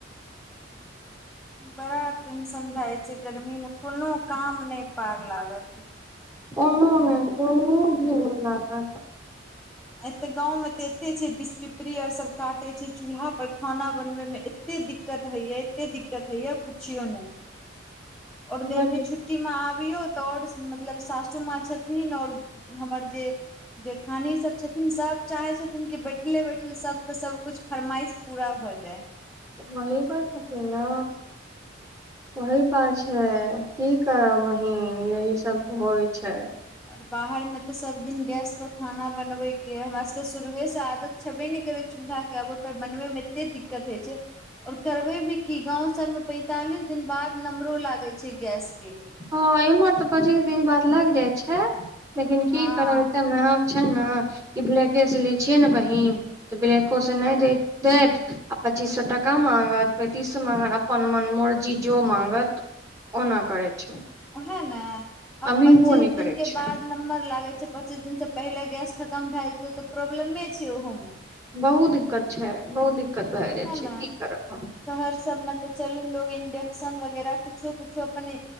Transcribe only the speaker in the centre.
बड़ा टेंशन भए जाय छै गर्मी मे कोनो काम नय पार लागत।
एतऽ गाँव मे तऽ एते छै बिस पिपरी आओर सब काटै छै चूल्हा पर खाना बनबै मे एते दिक्कत हइय एते दिक्कत हइय पुछियौ ने आओर गर्मी
छुट्ट टी मे आबियौ तऽ आओर मतलब सासू माँ छथिन आओर हमर जे जेठानी सब छथिन सब चाहै छथिन कि बैठले बैठले सबके सबकुछ फरमाइश पूरा भऽ जे
आओर बाहर मे तऽ सब दिन गैस पर खाना बनबै के हमरा सबके शुरुए से आदत छबे नय करै चूल्हा के आब ओहि पर बनबै मे एते दिक्कत होइ छै आओर करबै भी की गाँंव सब मे पैंतालिस दिन बाद नम्बरो लागै छै गैस के
हँ
ओहे ने अब
पच्चीस
दिन
के
बाद नम्बर लागै पच्चीस दिन से पहिले गैस खतम भए जेतै तऽ प्रॉब्लमे छै ओहो मे
ओहे
ने
शहर सबमे तऽ चलू लोग इंडेक्सन वगैरह कुछो कुछो अपने